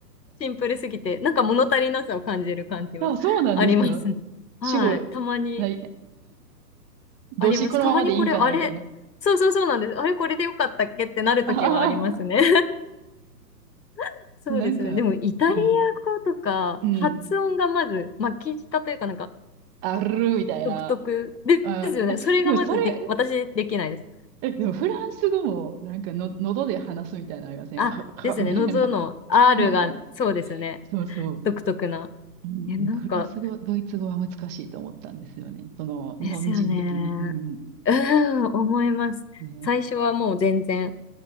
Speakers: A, on the left; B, on the right.
A: シンプルすぎて、なんか物足りなさを感じる感じは
B: う、<laughs> あ、そうなんですか
A: <laughs> ありますね。はい。
B: 主語、
A: たまに
B: な、動詞このままでいいんかなみたいな。
A: あります。たまにこれ、あれ、そうそうそうなんです。あれ、これでよかったっけってなるときはありますね。
B: <laughs> ああ、
A: <laughs> そうですね。
B: なんか、
A: でも、イタリア
B: うん、
A: 語とか、
B: うん、
A: 発音がまず、巻き舌というか、なんか、
B: あるみたいな。
A: 独特ですよね。
B: あ、えでもそれ、
A: それがまずで、私できないです。
B: え、でもフランス語も、なんかの、喉で話すみたいなのありませんは、
A: あ、
B: は、
A: ですね。
B: みたいな。
A: 喉の R
B: <laughs>
A: が、そうですね。
B: そうそうそう。
A: 独特な。
B: うん、
A: え、なんか、
B: フランス語、ドイツ語は難しいと思ったんですよね。その、
A: ですよね。
B: 日本人的に。うん、
A: うーん、思います。
B: ね。
A: 最初はもう全然